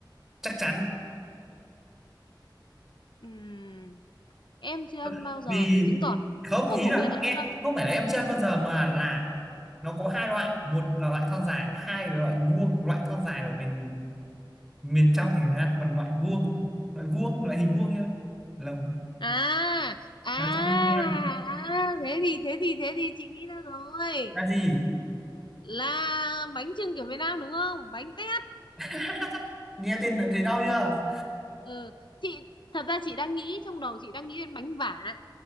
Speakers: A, in the centre; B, on the left.
A: chắc chắn
B: Ừm, em chưa
A: <laughs>
B: ăn bao giờ
A: vì
B: thì chứng tỏ là nó
A: không ý
B: không phổ
A: là
B: biến lắm
A: em
B: đâu
A: không phải là em chưa ăn bao giờ mà là nó có hai loại một là loại thon dài hai là loại vuông loại thon dài là mình miền trong thì mình ăn còn loại vuông loại vuông loại hình vuông nhá là
B: à à
A: là chỗ mình hay
B: à
A: ăn
B: thế thì thế thì thế thì chị nghĩ ra rồi
A: là gì
B: là bánh chưng kiểu Việt Nam đúng không bánh tét
A: <laughs> nghe tên đã thấy đau chưa
B: ừ chị thật ra chị đang nghĩ trong đầu chị đang nghĩ đến bánh vả